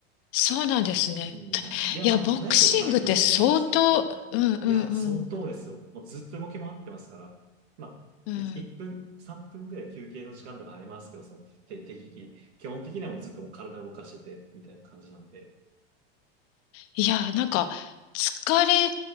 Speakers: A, on the left (about 45°); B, on the right (about 80°).
A: そうなんですね。
B: うん。いや、
A: いや、
B: まあ、
A: ボクシングって相当、
B: ないことないと思うんですけど、
A: うんうんうん
B: いや、相当ですよ。もうずっと動き回ってますから、まあ、
A: うん。
B: 1分、3分ぐらい休憩の時間とかありますけど、その、て適宜。基本的にはもうずっともう体動かしてて、みたいな感じなんで。
A: いや、なんか、疲れ